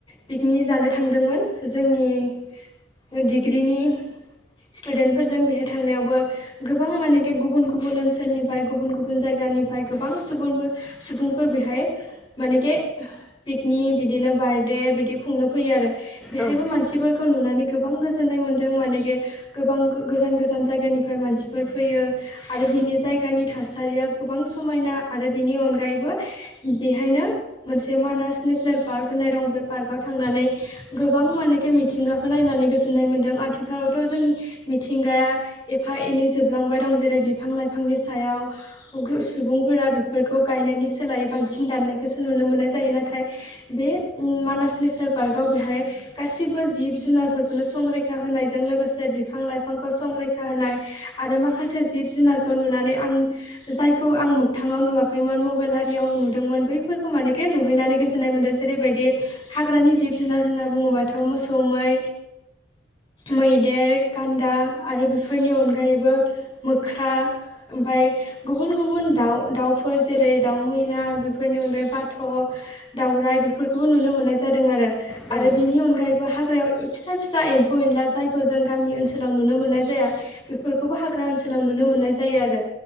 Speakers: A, on the left (about 20°); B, in the centre.
A: पिकनिक जानो थांदोंमोन जोंनि डिग्रिनि स्टुडेन्टफोरजों बेहाय थांनायावबो गोबां मानेखि गुबुन गुबुन ओनसोलनिफ्राय गुबुन गुबुन जायगा निफ्राय गोबां सुबुं सुबुंफोर बेहाय मानेखे नि बिदिनो बार्डे बिदि खुंनो फैयो आरो बेहायबो
B: नोंथां औ
A: मानसिफोरखौ नुनानै गोबां गोजोन्नाय मोनदों मानेेखे गोबां गोजान गोजान जायगानिफ्राय मानसिफोर फैयो आरो बिनि जायगानि थासारिया गोबां समायना आरो बिनि अनगायैबो बेहायनो मोनसे मानास नेस नेल पार्क होननाय दं बे पार्कआव थांनानै गोबां मानेखे मिथिंगाखौ नायनानै गोजोननाय मोनदों आथि आथिखालावथ' जों मिथिंगाया एफा एनै जोबलांबाय दं जेरै बिफां लाइफांनि सायाव गु सुबुंफोरा बेफोरखौ गायनायनि सोलायै बांसिन दाननायखौसो नुनो मोननाय जायो नाथाय बे मानास नेसनेल पार्कआव बेहाय गासिबो जिब जुनारफोरखौनो संरैखा होनायजों लोगोसे बिफां लाइफांखौ संरैखा होनाय आरो माखासे जिब जुनारखौ नुनानै आं जायखौ आं मोगथाङाव नुवाखैमोन मबाइलारियाव नुदोंमोन बैफोरखौ मानेखे नुहैनानै गोजोननाय मोनदों जेरैबायदि हाग्रानि जिब जुनार होनना बुङोबाथ' मोसौ मै मैदेर गान्दा आरो बेफोरनि अनगायैबो मोख्रा ओमफाय गुबुन गुबुन दाउ दाउफोर जेरै दाउ मैना बेफोरनि अनगायै बाथ'। दावराइ बेफोरखौबो नुनो मोननाय जादों आरो
B: नोंथां
A: आरो
B: औ
A: बेनि अनगायैबो हा ग्रायाव फिसा फिसा एम्फौ एनला जाय जों गामि ओनसोलाव नुनो मोननाय जाया बेफोरखौबो हाग्रा ओनसोल लाव‌ नुनो मोननाय जायो आरो